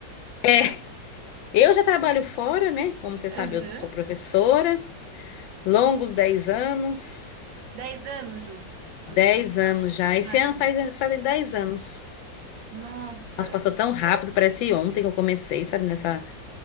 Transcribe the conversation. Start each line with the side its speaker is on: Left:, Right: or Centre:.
Left: É, eu já trabalho fora, né? Como você
Right: <laughs> Aham.
Left: sabe, eu sou professora, longos 10 anos,
Right: Dez anos, Júlio, amiga
Left: 10
Right: de
Left: anos
Right: trabalho.
Left: já.
Right: Caramba.
Left: Esse ano faz, fazem 10 anos.
Right: Nossa.
Left: Nossa, passou tão rápido, parece ontem que eu comecei, sabe, nessa,